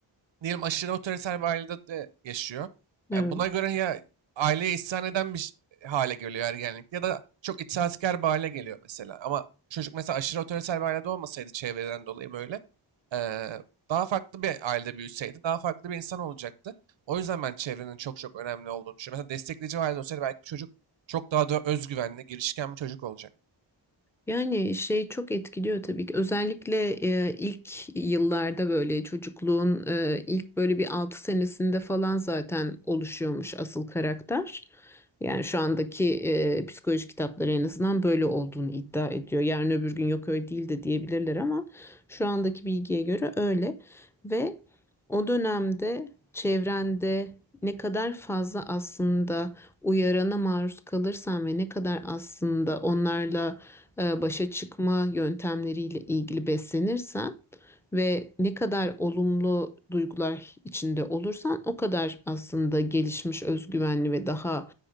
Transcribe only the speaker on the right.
diyelim aşırı otoriter bir ailede de yaşıyor.
E, Buna göre ya aileye isyan eden bir ş- hale geliyor ergenlikte ya da çok itaatkar bir hale geliyor mesela. Ama çocuk mesela aşırı otoriter bir ailede olmasaydı çevreden dolayı böyle e, daha farklı bir ailede büyüseydi daha farklı bir insan olacaktı. O yüzden ben çevrenin çok çok önemli olduğunu düşünüyorum. Mesela destekleyici bir ailede olsaydı belki bu çocuk çok daha da özgüvenli, girişken bir çocuk olacak.